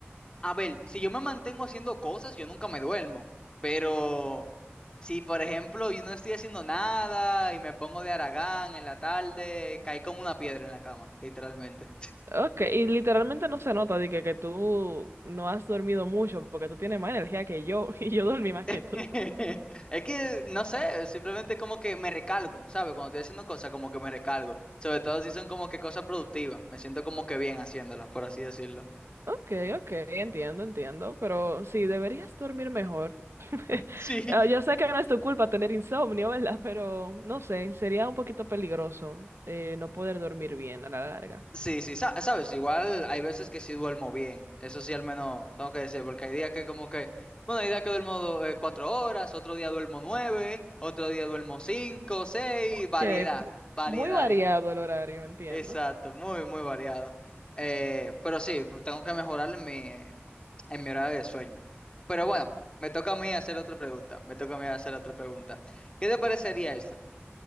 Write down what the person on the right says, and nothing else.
Ok, y literalmente no se nota de que, que tú no has dormido mucho porque tú tienes más energía que yo <laughs> y yo dormí más que tú.
Ok, ok, entiendo, entiendo, pero sí, deberías dormir mejor. <laughs>
Ah, Yo sé que no es tu culpa tener insomnio, ¿verdad? Pero no sé, sería un poquito peligroso eh, no poder dormir bien a la larga.
Ok,
mu-
muy variado el horario, entiendo.
Sí,